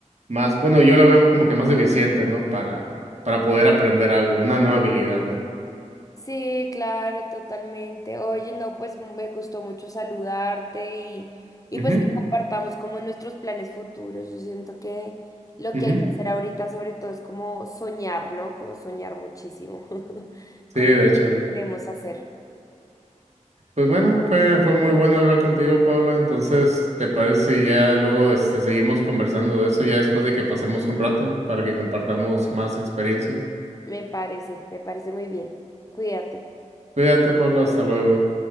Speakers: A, on the right; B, on the left.
A: más, bueno, yo lo veo como que más eficiente, ¿no? Para, para poder aprender algo, una nueva habilidad, ¿no?
B: Sí, claro, totalmente. Oye, no, pues me gustó mucho saludarte y, y
A: Ujú,
B: pues que compartamos como nuestros planes futuros. Yo siento que lo
A: ujú.
B: que hay que hacer ahorita sobre todo es como soñar, ¿no? Como soñar muchísimo <laughs>
A: Sí,
B: con
A: de
B: todo
A: hecho.
B: lo que queremos hacer.
A: Pues bueno, fue, fue muy bueno hablar contigo, Paula. Entonces, ¿te parece si ya luego este, seguimos conversando de eso ya después de que pasemos un rato para que compartamos más experiencias?
B: Me parece, me parece muy bien. Cuídate.
A: Cuídate, Paula, hasta luego.